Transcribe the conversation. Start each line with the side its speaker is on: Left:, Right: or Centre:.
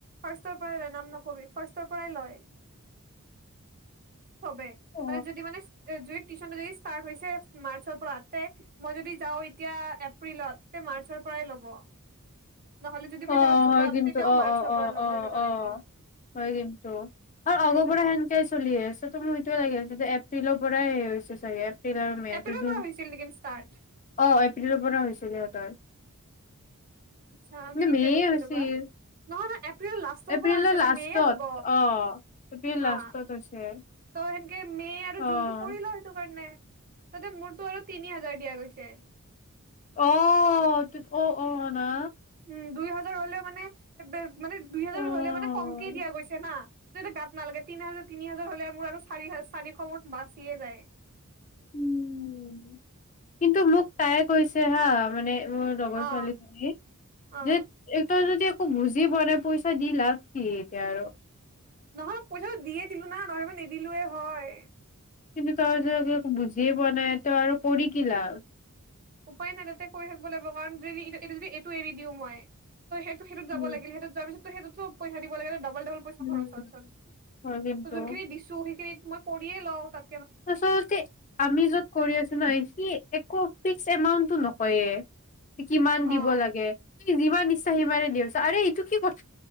Right: ফাৰ্ষ্টৰ পৰা লয় নাম নকবি ফাৰ্ষ্টৰ পৰাই লয় চবে
Left: অ
Right: মানে যদি মানে যদি টিউচন যদি ষ্টাৰ্ট হৈছে মাৰ্চৰ পৰা তে মই যদি যাওঁ এতিয়া এপ্ৰিলত তে মাৰ্চৰ পৰাই ল'ব নহ'লে যদি মই
Left: অ
Right: যাওঁ জুনত
Left: হয় কিন্তু
Right: তেতিয়াও
Left: অ
Right: মাৰ্চৰ
Left: অ অ
Right: পৰা ল'ব
Left: অ
Right: সেনেকুৱা
Left: অ
Right: টাইপৰ
Left: হয় কিন্তু আৰু
Right: উম
Left: আগৰ পৰা সেনকে চলি আছে পছতো মোৰ সেইটোয়ে লাগি আছে যে এপ্ৰিলৰ পৰাই সেই হৈছে চাগে এপ্ৰিল মে
Right: এপ্ৰিলৰ
Left: জু
Right: পৰা হৈছিল নেকি ষ্টাৰ্ট
Left: অ এপ্ৰিলৰ পৰা হৈছিল সিহঁতৰ
Right: আচ্ছা আমি
Left: কিন্তু
Right: কেতিয়া
Left: মে'
Right: গৈছিলো
Left: হৈছিল
Right: ৰবা নহয় নহয় এপ্ৰিল লাষ্টৰ
Left: এপ্ৰিলৰ
Right: পৰা হৈছে
Left: লাষ্টত
Right: মেয় হ'ব
Left: অ', এপ্ৰিল
Right: হা
Left: লাষ্টত হৈছে
Right: ত' সেনকে মে আৰু
Left: অ',
Right: জুনতটো কৰিল সেইটো কাৰণে তাতে মোৰতো আৰু তিনি হাজাৰ দিয়া গৈছে
Left: আহ অ অ না
Right: উম দুই হাজাৰ হ'লেও মানে মানে দুই হেজাৰ
Left: অ',
Right: হলে মানে কমকে দিয়া গৈছে না য়া গাত নালাগে তিনি হাজাৰ তিনি হাজাৰ হলে মোৰ আৰু চাৰি হ চাৰিশ মোৰ বাচিয়ে যায়
Left: উম কিন্তু মোক তাই কৈছে হা মানে লগৰ
Right: অ
Left: ছোৱালীজনী
Right: অ
Left: যে একটো যদি একো বুজি পোৱা নাই পইচা দি লাভ কি এতিয়া আৰু
Right: নহলে পইচাটো দিয়ে দিলো না নহলেব নিদিলোৱে হয়
Left: কিন্তু তই য ক বুজিয় পোৱা নাই তই আৰু কৰি কিিলা
Right: উপায় নাই তেন্তে কৰি থাকিব লাগিব কাৰণ যদি যদি এইটো এৰি দিওঁ মই ত সেইটো সেইত যাব
Left: উম,
Right: লাগিল সেইত যোৱাৰ পিত ত সেইটোতো পইচ দিব লাগে ইা
Left: উম, হয় কিন্তু
Right: যোনখিনি দিছো সেইখিন মই পৰিয়ে লওঁ তাত
Left: আচলতে আমি য'ত কৰি আছো ন সি একো ফিক্স এমাউণ্টটো নকয়ে। কিমান
Right: অ
Left: দিব লাগে। যিমান ইচ্ছা সিমানে দি আৰে এইটো কি কথ